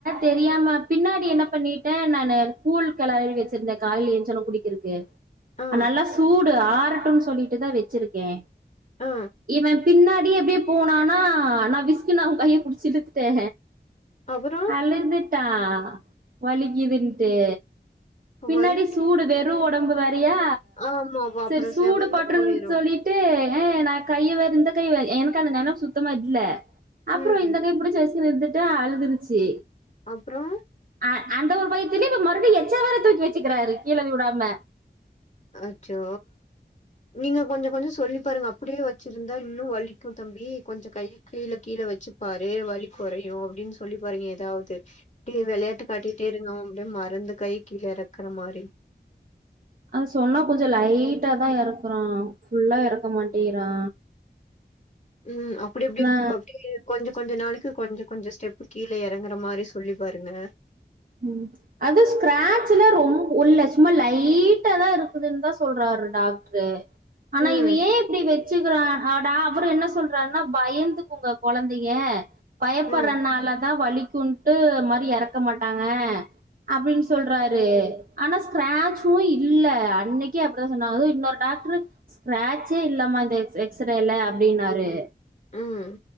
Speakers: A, on the right (about 50°); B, on the left (about 40°).
A: தெரியாம பின்னாடி என்ன பண்ணிட்டே நானு கூழ் களரி வெச்சிருந்தே காலையில எஞ்சோனே குடிக்கிறக்கு
B: ஆ,
A: நல்லா சூடு ஆரட்டுன்னு சொல்லிட்டுதா வெச்சிருக்கே
B: ஆ.
A: இவே பின்னாடி அப்டியே போனானா நா விசுக்குனு அவே கைய புடிச்சி இழுத்துட்டே
B: அப்புறம்
A: அழுதுட் டா வலிக்கிதுன்டு பின்னாடி
B: வலிக்கு
A: சூடு
B: ம்.
A: வெறு ஓட ஒடம்பு வேறையா
B: ஆமா. அப்புறம்
A: சேரி சூடு
B: செவந்து
A: பட்டுருன்
B: போயிரும்.
A: சொல்லி ட்டு ஏ நா கைய வேற இந்த கை எனக்கு அந்த நெனைப் சுத்தமா இல்ல அப்றோ
B: ம்.
A: இந்த கைய புடுச்சி விசுக்குனு இழுத்துட்டே அழுதுருச்சி
B: அப்றோ
A: அ அந்த ஒரு பயத்துலியு மறுடி எச்சா வேர தூக்கி வச்சிக்கிறாரு கீழ உடாம
B: அச்சோ நீங்க கொஞ்சோ கொஞ்சோ சொல்லி பாருங்க அப் அப்டியே வச்சிருந்தா இன்னூ வலிக்கு தம்பி கொஞ்ச கை கீழ கீழ வச்சு பாரு வலி கொறையு அப்டின் சொல்லி பாருங்க எதாவ்து டியே வெளையாட்டு காட்டிட்டேருங்க அப்டே மறந்து கை கீழ எறக்குற மாரி
A: அது சொன்னா கொஞ்ச லைட்டாதா எறக்கறா ஃபுல்லா எறக்க மாட்டிறா
B: ம் அப்டி அப்டி
A: நா
B: அப்டியே கொஞ்ச கொஞ்ச நாளுக்கு கொஞ்ச கொஞ்ச ஸ்டெப்பு கீழ எறங்குற மாரி சொல்லி பாருங்க
A: ம் அது ஸ்கிராட்சல ரொம் உள்ள சும்மா லைட்டாதா இருக்குதுன் தா சொல்றாரு டாக்ட்ரு ஆனா
B: ம்
A: இவ ஏ இப்டி வெச்சுக்கிறா அவ்டா அவுரு என்ன சொல்றார்ன்னா பய்ந்து துக்குங்க கொழந்தைக பயப்பற்றனாலதா
B: ம்
A: வலிக்குன்ட்டு மாரி எறக்க மாட் டாங்க அப்டின் சொல்றாரு ஆனா ஸ்கிராட்சு இல்ல அன்னைக்கே அப் தா சொன்னாரு இன்னொரு டாக்ட்ரு ஸ்கிரேச்சே இல்லம்மா இந்த எக்ஸ் எக்ஸ்ரேல அப்டின்னாரு
B: ம்